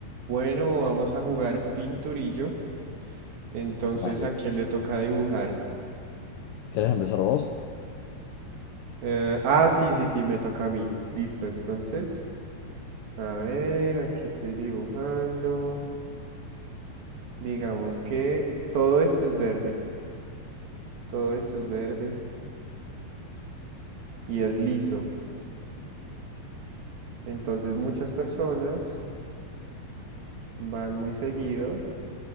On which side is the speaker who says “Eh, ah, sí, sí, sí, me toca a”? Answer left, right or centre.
Right